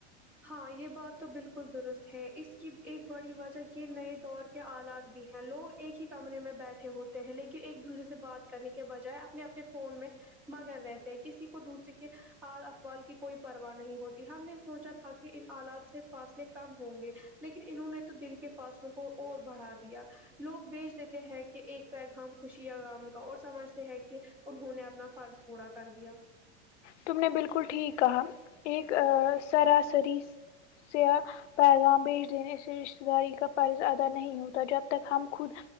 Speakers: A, in the centre; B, on the left.
A: ہاں یہ بات تو بالکل درست ہے اس کی ایک بڑی وجہ یہ نئے دور آلات بھی ہیں لوگ ایک ہی کمرے میں بیٹھے ہوتے ہیں لیکن ایک دوسرے سے بات کرنے کے بجائے اپنے اپنے فون میں مگر رہتے ہیں کسی کو دوسرے کے افوال کی کوئی پرواہ نہیں ہوتی ہم نے سوچا تھا کہ ان حالات سے فاصلے کم ہوں گے لیکن انہوں نے تو دل کے فاصلے کو اور بڑھا دیا لوگ بیچ دیتے ہیں کہ ایک پیغام خوشی غم کا اور سمجھتے ہیں کہ انہوں نے اپنا فرض پورا کر دیا
B: تم نے بلکل ٹھیک کہا ایک سراسری سیا پیغام بیچ دینے اس سے رشتے داری کا فرض ادا نہیں ہوتا جب تک ہم خود